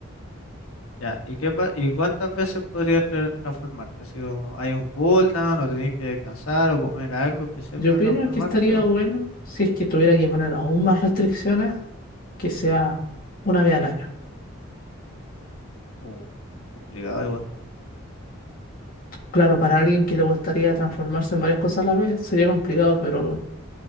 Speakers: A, on the left; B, on the left.
A: ya, ¿y qué pa- y cuántas veces podría tra- transformarte? Así como hay un cooldown o tenés que descansar o comer algo especial
B: Yo
A: para
B: opino
A: transformarte
B: que estaría
A: o,
B: bueno si es que tuviera que poner aún más restricciones, que sea una vez al año.
A: o complicado igual.
B: Claro, para alguien que le gustaría transformarse en varias cosas a la vez sería complicado, pero